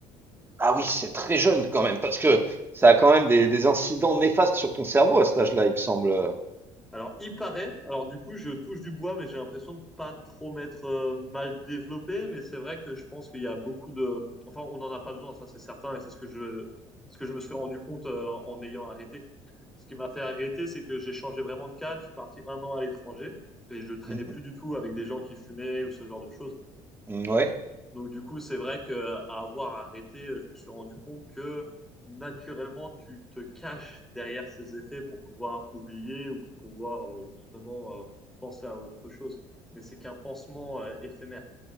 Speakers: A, on the right (about 15°); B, in the centre.
A: Ah oui, c'est très jeune quand même, parce que ça a quand même des, des incidents néfastes sur ton cerveau à cet âge-là, il me semble.
B: Alors, il paraît, alors du coup, je touche du bois, mais j'ai l'impression de pas trop m'être euh, mal développé. Mais c'est vrai que je pense qu'il y a beaucoup de. Enfin, on n'en a pas besoin, ça c'est certain, et c'est ce que je, ce que je me suis rendu compte euh, en ayant arrêté. Ce qui m'a fait arrêter, c'est que j'ai changé vraiment de cadre. Je suis parti un an à l'étranger et je traînais
A: Mmh
B: plus
A: mh.
B: du tout avec des gens qui fumaient ou ce genre de choses.
A: Mmh, ouais.
B: Donc du coup, c'est vrai que à avoir arrêté, je me suis rendu compte que naturellement, tu te caches derrière ces effets pour pouvoir oublier ou pour pouvoir euh, justement euh, penser à autre chose. Mais c'est qu'un pansement euh, éphémère.